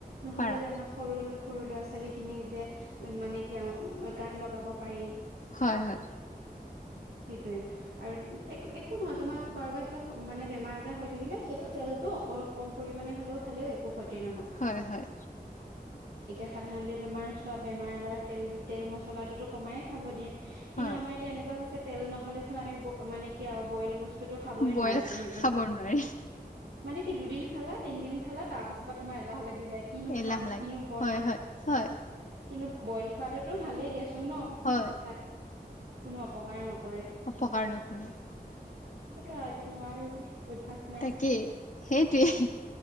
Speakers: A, on the right; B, on the left.
A: নহ'লে
B: পাৰা
A: যে আমাৰ সৰু সৰু ল'ৰা ছোৱালীখিনি যে মানে কি গাত লগাব পাৰি।
B: হয়, হয়।
A: সেইটোৱে। আৰু একো নহয় তোমাৰ কাৰোবাৰ কিবা মানে বেমাৰ আজাৰ হৈ থাকিলেও সেইটো তেলটো অকল কম পৰিমাণে হ'লেও খালেও একো ক্ষতি নহয়
B: হয়, হয়।
A: এতিয়া সাধাৰণতে তোমাৰ চব বেমাৰ আজাৰত তেল তেল মচলাটোতো কমাইে খাব দিয়ে। কিন্তু
B: হয়
A: আমাৰ এতিয়া এনেকুৱা হৈছে তেল নহ'লে চোন আমি মানে কি আৰু বইল বস্তু টো খাবই
B: বইল
A: নোৱাৰো তেনেকে
B: খাব নোৱাৰি
A: মানে কি দুদিন খালা তিনদিন খালা তাৰ পাছৰ পৰা তোমাৰ এলাহ লাগি যায় কিনো
B: এলাহ
A: খাম
B: লাগে
A: কিনো বনাম
B: হয় হয় হয়
A: কিন্তু বইল খোৱাটোতো ভালেই দিয়াচোন ন
B: হয়
A: তাত কোনো অপকাৰ নক
B: অপকাৰ কৰে।
A: সেইটো এতিয়া নোৱাৰো যে অভ্যাস নাই
B: তাকেই সেইটোৱে